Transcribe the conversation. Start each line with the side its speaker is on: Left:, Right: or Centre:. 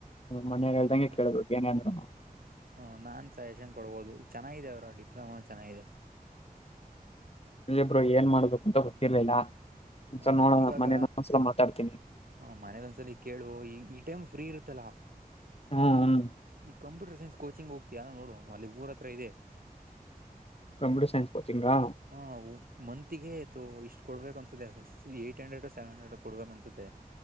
Left: ಮನೆಯವ್ರು ಹೇಳ್ದಂಗೆ
Right: ಹ
Left: ಕೇಳಿದ್ರು ಏನೇ ಅಂದ್ರುನು
Right: ಹ ನಾ ಇಂತ ಎಕ್ಸಾಮಗಳು ಓದ ಚೆನ್ನಾಗಿದೆ ಬ್ರೋ ಡಿಪ್ಲೊಮಾ ಚೆನ್ನಾಗಿದೆ
Left: ಹೆ ಬ್ರು ಏನ್ ಮಾಡಬೇಕು ಅಂತ ಗೊತ್ತಿರ್ಲಿಲ್ಲ ಒಂದ್ಸಲ
Right: ಹ್ಮ್
Left: ನೋಡೋಣ
Right: ಇವಾಗ
Left: ಮನೇಲಿ ಒಂದ್ಸಲ ಮಾತಾಡ್ತೀನಿ
Right: ಹ ಮನೇದೊಂದ್ಸಲಿ ಕೇಳುವ ಈ ಈ ಟೈಮ್ ಫ್ರೀ ಇರುತ್ತ ಲ
Left: ಹ್ಮ್ ಹ್ಮ್
Right: ಈ ಕಂಪ್ಯೂಟರ್ ಕೋಚಿಂಗ್ ಹೋಗ್ತಿಯಾ ನೋಡು ಅಲ್ಲಿ ಊರ ಹತ್ರ ಇದೆ
Left: ಕಂಪ್ಯೂಟರ್ ಸೈನ್ಸ್ ಕೋಚಿಂಗಾ
Right: ಹಾ ಮಂತಿಗೆಯತು <unintelligible> ಕೊಡ್ಬೇಕ ಅನ್ಸುತ್ತೆ C eight hundred seven hundred ಕೊಡ್ಬೇಕು ಅನ್ಸುತ್ತೆ